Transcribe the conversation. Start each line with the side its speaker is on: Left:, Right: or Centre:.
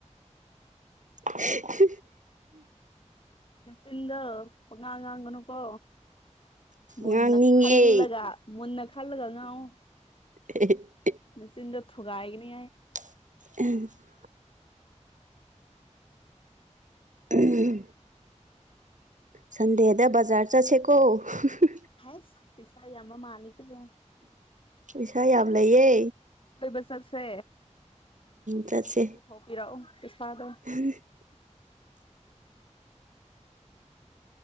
Right: <unintelligible>
Left: ꯅꯆꯤꯟꯗꯣ ꯄꯪꯉꯥꯡ ꯉꯥꯡꯒꯅꯨꯀꯣ꯫ ꯃꯨꯟꯅ
Right: ꯉꯥꯡꯅꯤꯡꯉꯦ
Left: ꯈꯜꯂꯒ ꯃꯨꯟꯅ ꯈꯜꯂꯒ ꯉꯥꯡꯉꯣ꯫
Right: <unintelligible>
Left: ꯅꯆꯤꯟꯗꯣ ꯊꯨꯒꯥꯏꯒꯅꯤ ꯑꯩ꯫
Right: <unintelligible> <unintelligible> ꯁꯟꯗꯦꯗ ꯕꯖꯥꯔ ꯆꯠꯁꯦꯀꯣ <unintelligible>
Left: ꯍꯩꯁ ꯄꯩꯁꯥ ꯌꯥꯝꯕ ꯃꯥꯂꯤꯗ ꯌꯥꯝ꯫
Right: ꯄꯩꯁꯥ ꯌꯥꯝ ꯂꯩꯌꯦ꯫
Left: ꯀꯣꯏꯕ ꯆꯠꯁꯦ꯫
Right: ꯆꯠꯁꯦ꯫
Left: ꯊꯣꯛꯄꯤꯔꯛꯑꯣ ꯄꯤꯁꯥꯗꯣ꯫
Right: <unintelligible>